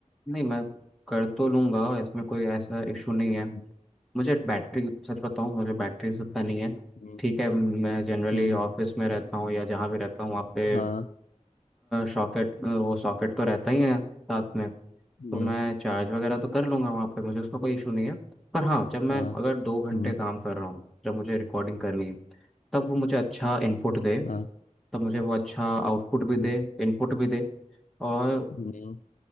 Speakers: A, in the centre; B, on the left.
A: नहीं मैं कर तो लूंगा इसमें कोई ऐसा इशू नहीं है
B: हम्म
A: मुझे बैटरी सच बताऊं मुझे बैटरी से इतना नहीं है
B: हम्म
A: ठीक है मैं जनरली
B: हम्म
A: ऑफिस में रहता हूँ या जहाँ भी रहता हूँ वहाँ पे
B: हाँ
A: सॉकेट वो सॉकेट तो रहता ही है साथ में
B: हम्म
A: तो मैं चार्ज वगैरह तो कर लूंगा वहाँ पे मुझे उसका कोई इशू नहीं है पर हाँ जब मैं
B: हाँ
A: अगर दो घंटे
B: हम्म
A: काम कर रहा हूँ जब मुझे रिकॉर्डिंग करनी है तब वो मुझे अच्छा इनपुट दे
B: हाँ
A: तब मुझे वो अच्छा आउटपुट भी
B: हम्म
A: दे इनपुट भी दे और
B: हम्म,